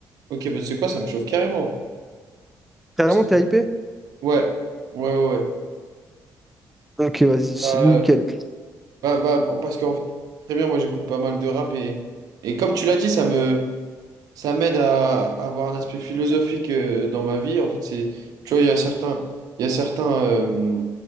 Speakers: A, on the right; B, in the centre.
A: Ok, bah, tu sais quoi, ça me chauffe carrément.
B: Carrément,
A: C'est-
B: t'es hypé?
A: Ouais, ouais, ouais. ouais.
B: Ok, vas-y, c'est
A: Euh,
B: nickel.
A: bah, bah, bon, parce qu'en fait, très bien, moi j'écoute pas mal de rap et, et comme tu l'as dit, ça me, ça m'aide à, à avoir un aspect philosophique euh, dans ma vie. En fait, c'est, tu vois, il y a certains, il y a certains, euh,